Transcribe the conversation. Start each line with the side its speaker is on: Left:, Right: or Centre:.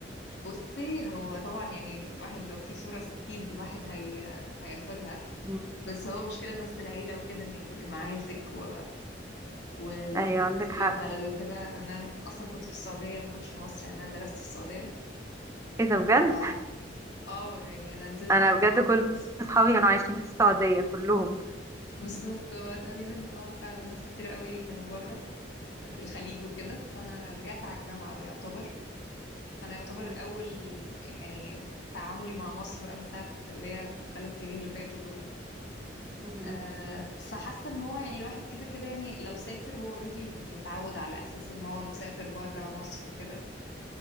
Left: بصي هو طبعا يعني الواحد لو في فرص اكيد الواحد هي... هياخدها
Right: مم.
Left: بس هو مشكلة بس العيلة وكده انك تبقي مع عيلتك و... وانك
Right: ايوه عندك
Left: تبقي
Right: حق
Left: في بلد وكده لان انا اصلا كنت في السعودية ما كنتش في مصر يعني انا درست في السعودية
Right: ايه ده بجد
Left: ف اه يعني انا نزلت
Right: انا
Left: على
Right: بجد
Left: الجامعة
Right: كل
Left: في مصر
Right: اصحابي كانوا عايشين في السعودية كلهم
Left: بالظبط هو تقريبا اه فعلا ناس كتير قوي كانوا بره في الخليج وكده فانا رجعت على الجامعة بقى يعتبر فانا يعتبر
Right: مم.
Left: اول يعني تعاملي مع مصر بقى من ساعة اللي هي الثلاث سنين اللي فاتوا دول
Right: مم.
Left: آه، فحاسه ان هو يعني الواحد كده كده يعني لو سافر هو اوريدي متعود على احساس ان هو مسافر بره مصر وكده